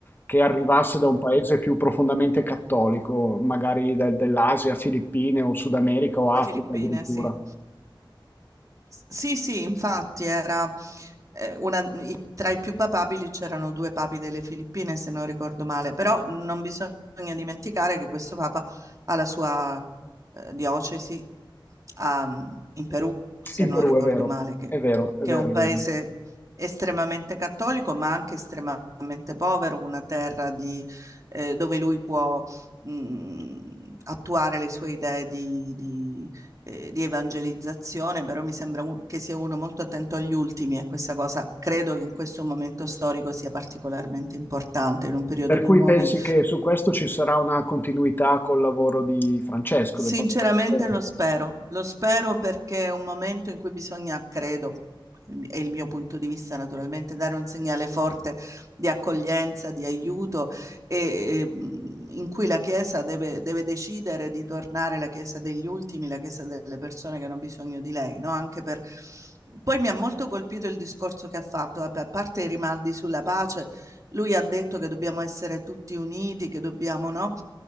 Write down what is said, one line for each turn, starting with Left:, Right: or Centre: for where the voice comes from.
Left: che arrivasse da un paese più profondamente cattolico, magari del- dell'Asia, Filippine o Sud America o Africa
Right: Filippine,
Left: addirittura.
Right: sì. Sì, sì, infatti era eh, una- i- tra i più papabili c'erano due papi delle Filippine, se non ricordo male, però non bisogna dimenticare che questo papa ha la sua eh, diocesi a- in Perù, se
Left: In
Right: non
Left: Perù,
Right: ricordo
Left: è vero,
Right: male, che,
Left: è vero, è
Right: che
Left: vero,
Right: è un
Left: è
Right: paese
Left: vero.
Right: estremamente cattolico, ma anche estremamente povero, una terra di, eh, dove lui può mh, attuare le sue idee di, di eh, di evangelizzazione, però mi sembra un- che sia uno molto attento agli ultimi e questa cosa credo che in questo momento storico sia particolarmente importante, in un periodo
Left: Per
Right: di
Left: cui
Right: nuovi
Left: pensi che su questo ci sarà una continuità col lavoro di Francesco,
Right: Sinceramente
Left: del Papa Francesco?
Right: lo spero, lo spero perché è un momento in cui bisogna, credo, è il mio punto di vista naturalmente, dare un segnale forte di accoglienza, di aiuto e, e, mh, in cui la Chiesa deve, deve decidere di tornare la Chiesa degli ultimi, la Chiesa delle persone che hanno bisogno di lei, no? Anche per... Poi mi ha molto colpito il discorso che ha fatto, vabbè, a parte i rimandi sulla pace, lui ha detto che dobbiamo essere tutti uniti, che dobbiamo, no?